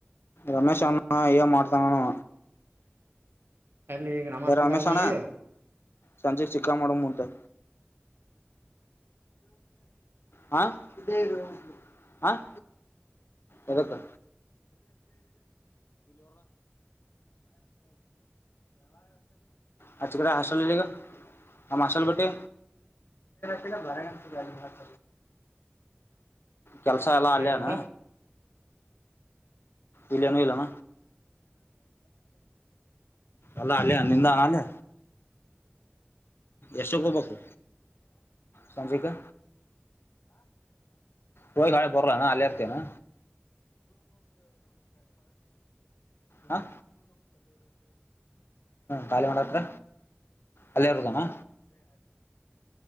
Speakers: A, on the left; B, on the right.
A: ರಮೇಶ್ ಅಣ್ಣ ಎನ್ ಮಾಡ್ತಾನಾನೂ
B: ಅಲ್ಲಿ ಈಗ ನಮ್ಮ ಹಾಸ್ಟೆಲ್ದಾಗ
A: ರಮೇಶ್ಣ್ಣ
B: ಅದಾನ ಇಲ್ಲ
A: ಸಂಜೆ ಚಿಕ್ಕಾ ಮಾಡು ಮುಂದೆ ಹ ಹ ಎದುಕಾ ಆಚ ಬಿಡ ಹಾಸ್ಟೆಲ್ ಅಲಿ ಈಗಾ ನಮ್ಮ ಹಾಸ್ಟೆಲ್ ಬಿಟಿ ಬಳಗಂ ಗಾಜ ಕೆಲ್ಸ ಎಲ್ಲಾ ಅಲ್ಲೆಯನ
B: ಏನಂತ
A: ಇಲೇನು ಇಲ್ಲಣ ಅಲಾ ಆಲೇ ಅಲಿಂದಾಲೇ ಎಷ್ಟಕ್ಕ ಹೋಗ್ಬೇಕು. ಸಂಜಿಕಾ ಹೋಗಿ ನಾಳೆ ಬರಲಣ ಅಲ್ಲೇ ಇರ್ತೇನಾ ಹ ಖಾಲಿ ಮಾಡತ್ರ ಅಲ್ಲೇ ಇರೋದನಾ.